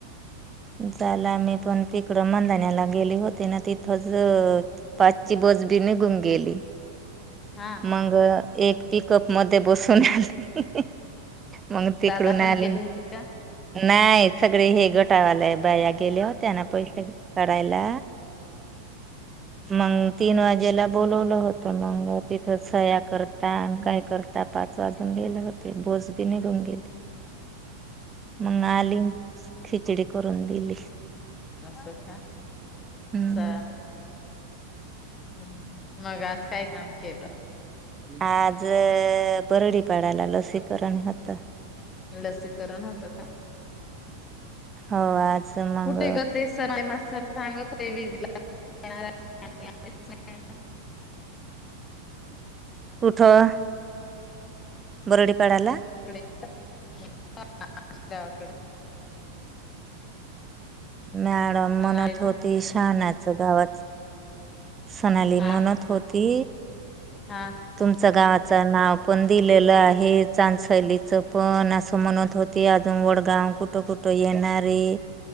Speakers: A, on the right; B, on the left.
A: झाला मी पण तिकडं मंधानला गेली होती ना तिथंच पाच पाचची बसबी निघून गेली.
B: हा
A: मंग एक पिकअप मध्ये बसून आली. मग तिकडून
B: दादा पण
A: आले.
B: गेले होते का
A: नाही सगळे हे गटावाला बाया गेले होत्या ना पैसे कारायला. मंग तीन वाजेला बोलावलं होत. मंग सह्या करता काय करता आता पाच वाजून गेले होते बसबी निघून गेली, मग आली खिचडी करून दिली.
B: अस का?
A: हम्म
B: चा हम् मग आज काय काम केलं?
A: आज बरडीपाडाला लसीकरण होत.
B: लसीकरण होतं का?
A: हा आज मग
B: कुठे ग ते स <unintelligible> सर <inaudible> वीजला <inaudible>
A: <inaudible> कुठं? बरडी पाडाला?
B: <unintelligible>
A: मॅडम
B: पण
A: म्हणत
B: आहे
A: होती,
B: ना
A: शहाानच गावाच सोनाली
B: हा
A: म्हणत होती,
B: हा
A: तुमच्या गावात च नाव पण दिलेलं आहे. चांदसलीच पण अस म्हणत होते अजून वडगाव कुठ कुठ येणारे